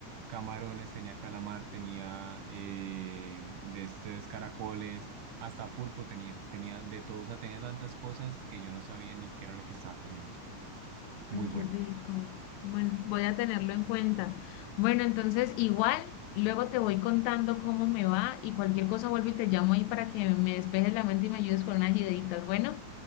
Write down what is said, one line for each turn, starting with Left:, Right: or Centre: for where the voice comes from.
Right: camarones, tenía calamar, tenía eh, de estos caracoles, hasta pulpo tenía. Tenía de todo. O sea, tenía tantas cosas que yo no sabía ni qué era lo que estaba comiendo.
Left: Ay,
Right: Muy bueno.
Left: qué rico. Bueno, voy a tenerlo en cuenta. Bueno, entonces igual luego te voy contando cómo me va y cualquier cosa vuelvo y te llamo ahí para que me despejes la mente y me ayudes con unas ideitas. Bueno,